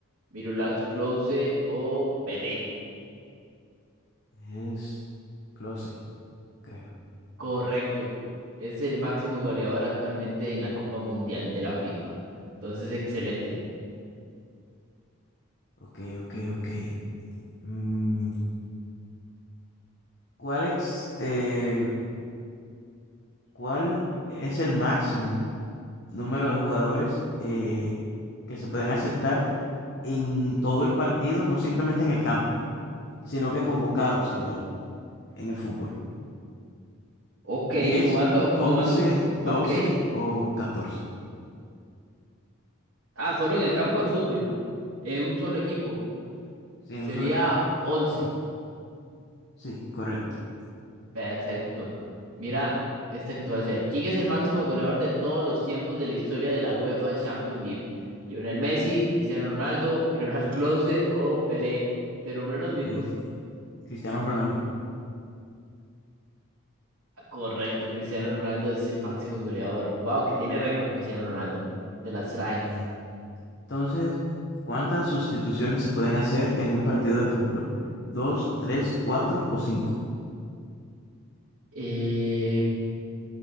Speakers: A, on the right; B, on the left.
A: Miroslav Klose o Pelé?
B: es close, creo.
A: Correcto. Es el máximo goleador actualmente en la Copa Mundial de la FIFA. Entonces, excelente.
B: Ok, ok, ok. Mm, ¿cuál ex- eh, cuál es el máximo número de jugadores eh, que se pueden aceptar en todo el partido, no simplemente en el campo, sino que convocados igual en el fútbol?
A: Ok,
B: diez
A: sumando, sumando,
B: once 12
A: ok.
B: o catorce
A: Ah, solo en el campo de fútbol, en un solo equipo.
B: Sí,
A: Sería
B: un solo equipo.
A: 11.
B: Sí, correcto.
A: Perfecto. Mira, esta que te voy a hacer. ¿Quién es el máximo goleador de todos los tiempos de la historia de la UEFA Champions League? ¿Lionel Messi, Cristiano Ronaldo, Miroslav Klose o Pelé? Te nombré los mismos.
B: Eh, Cri- Cristiano Ronaldo.
A: Ah, Correcto, Cristiano Ronaldo es el máximo goleador. Wow, que tiene récord Cristiano Ronaldo. Se las trae.
B: Sí. Entonces, ¿cuántas sustituciones se pueden hacer en un partido de fútbol? ¿Dos, tres, cuatro o cinco?
A: Eh,